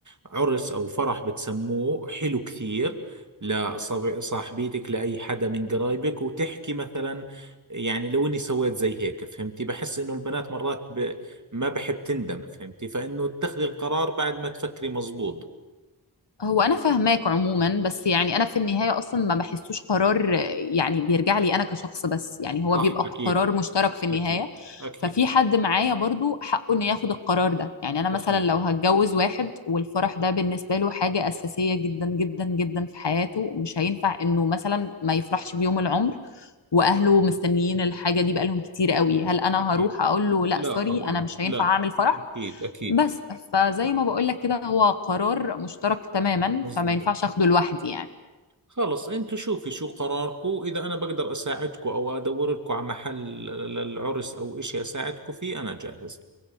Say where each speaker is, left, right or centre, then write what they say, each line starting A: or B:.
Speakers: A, on the right; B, on the left.
A: عرس او فرح بتسموه حلو كثير لصاحبيتك لأي حدا من قرايبك وتحكي مثلا يعني لو اني سويت زي هيك فهمتي بحس انه البنات مرات ب... ما بحب تندم فهمتي فانه تاخذي القرار بعد ما تفكري مزبوط
B: هو انا فاهماك عموما بس يعني انا في النهايه اصلا ما بحسوش قرار آه، يعني بيرجع لي انا كشخص بس يعني هو
A: صح
B: بيبقى
A: أكيد
B: قرار مشترك في النهايه
A: أكيد أكيد
B: ففي حد معايا برضو حقه انه ياخد القرار ده يعني انا مثلا
A: أكيد
B: لو هتجوز واحد والفرح ده بالنسبه له حاجه اساسيه جدا جدا جدا في حياته ومش هينفع انه مثلا ما يفرحش بيوم العمر واهله مستنيين الحاجه دي بقالهم كتير قوي هل انا
A: أكيد
B: هروح اقول له لا
A: لا
B: سوري
A: طبعا
B: انا مش هينفع
A: لا
B: اعمل فرح
A: أكيد أكيد
B: بس فزي ما بقول لك كده هو قرار مشترك تماما
A: مظبوط
B: فما ينفعش اخده لوحدي يعني
A: خلص أنتوا شوفي شو قراركم إذا أنا بقدر أساعدكم أو أدور لكم على محل للعرس أو إشي أساعدكم فيه أنا جاهز